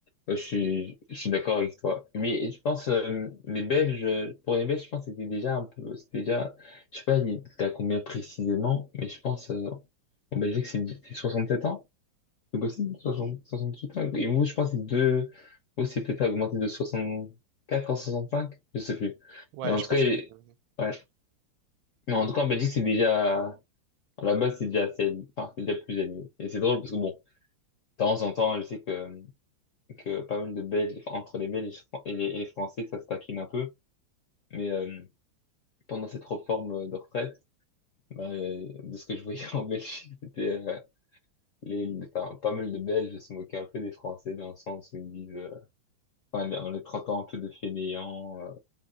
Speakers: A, on the left; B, on the right.
A: je suis, je suis d'accord avec toi. Mais je pense euh, les Belges, euh, pour les Belges, je pense que c'était déjà un peu, c'était déjà, je sais pas, il- t'as combien précisément, mais je pense euh, en Belgique c'est c'est 67 ans, c'est possible, soixante soixante huit ans. Et vous, je pense que c'est deux, vous c'est peut-être augmenté de 64 à cinq je sais plus.
B: Ouais,
A: Mais en
B: je
A: tout
B: pense
A: cas, il-
B: euh,
A: ouais. Mais en tout cas en Belgique c'est déjà, à la base c'est déjà, c'est, enfin, c'est déjà plus élevé. Et c'est drôle parce que bon, de temps en temps, je sais que que pas mal de Belges, enfin, entre les Belges et les, et les Français, ça se taquine un peu. Mais euh, pendant cette réforme euh, de retraite, ben, euh, de ce que je voyais <laughs> en Belgique, c'était euh, les, enfin, pas mal de Belges se moquaient un peu des Français dans le sens où ils disent, euh, enfin, les- en les traitant un peu de fainéants. euh.